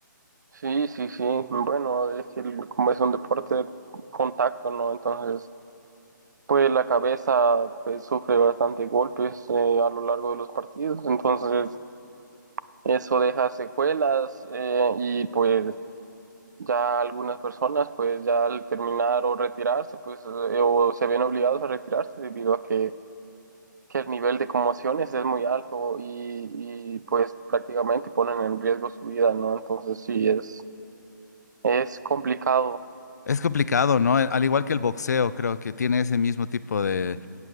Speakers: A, on the right; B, on the left.
A: Sí, sí, sí. Bueno, es que el- como es un deporte de contacto, ¿no? Entonces, pues la cabeza pues, sufre bastante golpes eh, a lo largo de los partidos. Entonces, eso deja secuelas eh, y pues ya algunas personas pues ya al terminar o retirarse, pues eh, o se ven obligados a retirarse debido a que, que el nivel de conmociones es muy alto y, y pues prácticamente ponen en riesgo su vida, ¿no? Entonces, sí, es, es complicado.
B: Es complicado, ¿no? Al igual que el boxeo, creo que tiene ese mismo tipo de,